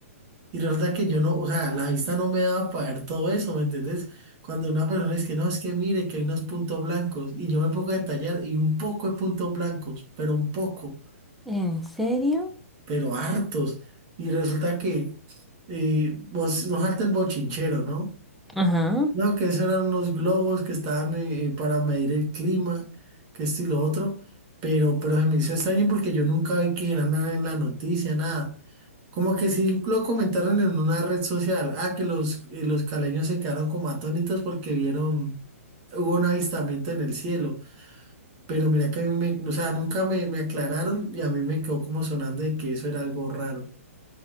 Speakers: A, on the right; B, in the centre.
A: Y resulta que yo no, o sea, la vista no me daba para ver todo eso, ¿me entendés? Cuando una persona es que no, es que mire que hay unos puntos blancos y yo me pongo a detallar y un poco de puntos blancos, pero un poco,
B: ¿En serio?
A: pero hartos. Y resulta que eh, vos, vos salta el bochinchero, ¿no?
B: Ajá.
A: No, que esos eran unos globos que estaban eh, eh, para medir el clima, que esto y lo otro, pero, pero se me hizo extraño porque yo nunca vi que era nada en la noticia, nada. Como que sí lo comentaron en una red social, ah, que los, eh, los caleños se quedaron como atónitos porque vieron, hubo un avistamiento en el cielo, pero mira que a mí me, o sea, nunca me, me aclararon y a mí me quedó como sonando de que eso era algo raro.